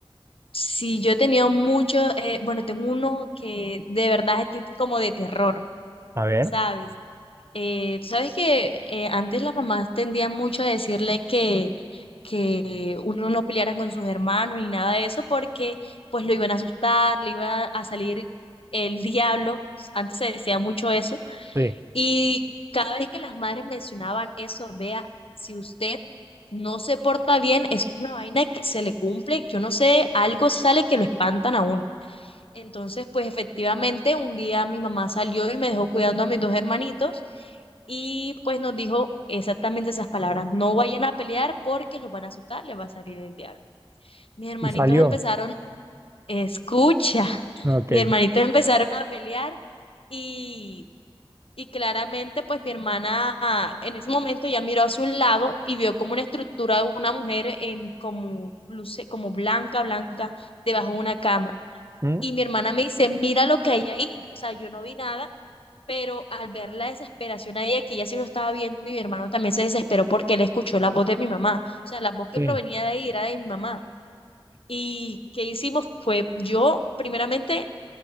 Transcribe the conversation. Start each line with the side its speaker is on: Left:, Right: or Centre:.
Left: sí, yo he tenido mucho, eh, bueno, tengo uno que de verdad estoy como de terror.
Right: a ver,
Left: ¿Sabes? Eh, sabes que eh, antes las mamás tendían mucho a decirle que, que uno no peleara con sus hermanos ni nada de eso porque pues lo iban a asustar, le iba a salir el diablo, antes se decía mucho eso,
Right: sí,
Left: y cada vez que las madres mencionaban eso, vea, si usted no se porta bien, eso es una vaina que se le cumple, yo no sé, algo sale que lo espantan a uno. Entonces, pues efectivamente, un día mi mamá salió y me dejó cuidando a mis dos hermanitos y pues nos dijo exactamente esas palabras, no vayan a pelear porque los van a asustar, les va a salir el diablo. Mis hermanitos
Right: y salió.
Left: empezaron, escucha, <laughs>
Right: Ok.
Left: mis hermanitos empezaron a pelear y, y claramente pues mi hermana ah, en ese momento ya miró hacia un lado y vio como una estructura de una mujer en como, luce, como blanca, blanca, debajo de una cama.
Right: Mm,
Left: Y mi hermana me dice, mira lo que hay ahí. O sea, yo no vi nada, pero al ver la desesperación ahí, que ella sí lo estaba viendo y mi hermano también se desesperó porque él escuchó la voz de mi mamá. O sea, la voz que
Right: Sí.
Left: provenía de ahí era de mi mamá. Y qué hicimos fue yo, primeramente,